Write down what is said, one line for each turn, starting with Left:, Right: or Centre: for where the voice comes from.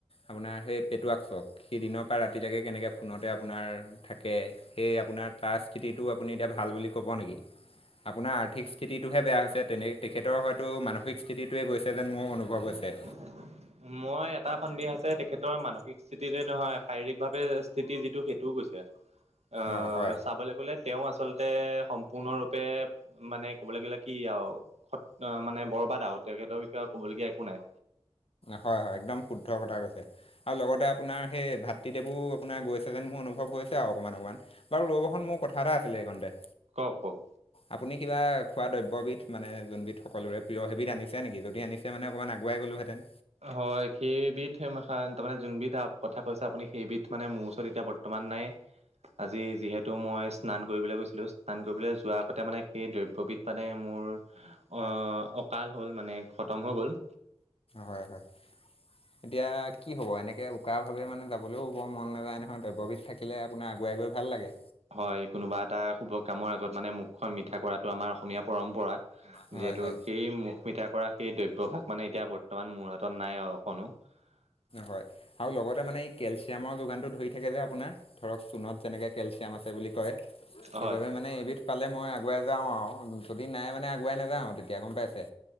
Left: আপোনাৰ সেই পেটুৱাকচক সি দিনৰ পৰা ৰাতিলৈকে কেনেকে ফোনত। আপোনাৰ থাকে সেই আপোনাৰ তাৰ স্থিতিটো আপুনি এতিয়া ভাল বুলি ক'ব নেকি। আপোনাৰ আৰ্থিক স্থিতিটোহে বেয়া হৈছে তেনে তেখেতৰ হয়তো মানসিক স্থিতিটোৱে গৈছে যেন মোৰ অনুভৱ হৈছে।
Right: <unintelligible> মই এটা সন্দেহ আছে তেখেতৰ মানসিক স্থিতিতে নহয় শাৰীৰিকভাৱে স্থিতি যিটো সেইটোও গৈছে। অ
Left: অঁ হয়
Right: চাবলৈ গ'লে। তেওঁ আচলতে সম্পূৰ্ণৰূপে মানে ক'বলৈ গ'লে কি আৰু খ মানে বৰ। কবা তেখেতৰ বিষয়ে ক'বলগীয়া একো নাই।
Left: হয় হয় একদম শুদ্ধ কথা কৈছে আৰু লগতে আপোনাৰ সেই ভাতৃদেৱো আপোনাৰ গৈছে যেন মোৰ অনুভৱ। কৈছে অকণমান অকণমান বাৰু ৰবহন মোৰ কথা এটা আছিলে এইকাৰণে।
Right: কওক কওক।
Left: আপুনি কিবা খোৱা দ্ৰব্যবিধ মানে যোনবিধ সকলোৰে প্ৰিয় সেইবিধ আনিছে নেকি যদি আনিছে। মান অকণ আগুৱাই গ'লোহেতেন।
Right: হয় সেইবিধ তাৰমানে যোনবিধ কথা কৈছে আপুনি সেইবিধ মানে মোৰ ওচৰত এতিয়া বৰ্তমান নাই। আজি যিহেতু মই স্নান কৰিবলৈ গৈছিলো স্নান কৰিবলৈ যোৱাৰ আগতে মানে সেই দ্ৰব্যবিধ মানে। মোৰ অ অকাল হ'ল মানে খতম হৈ গ'ল।
Left: হয় হয়। এতিয়া কি হব এনেকে উকা ভাৱে মানে যাবলৈও বৰ মন নাযায় নহয় দ্ৰব্যবিধ থাকিলে আপোনাৰ আগ- বুৱাই গৈ ভাল লাগে।
Right: হয় কোনোবা এটা শুভ কামৰ আগত মানে মুখখন মিঠা কৰাটো আমাৰ অসমীয়া পৰম্পৰা।
Left: হয়
Right: যিহেতু
Left: হয়
Right: সেই মুখ মিঠা কৰা সেই দ্ৰব্য ভাগ মানে এতিয়া বৰ্তমান মোৰ হাতত নাই অকনো। <unintelligible>
Left: হয় আৰু লগতে মানে এই কেলচিয়ামৰ যোগানটো ধৰি থাকে যে আপোনাৰ ধৰক চূণত যেনেকে। কেলচিয়াম আছে বুলি কয় সেইবাবে
Right: হয়।
Left: মানে এইবিধ পালে মই আগুৱাই যাওঁ আৰু যদি নাই মানে। পুৱাই নাযাওঁ তেতিয়া গম পাইছে।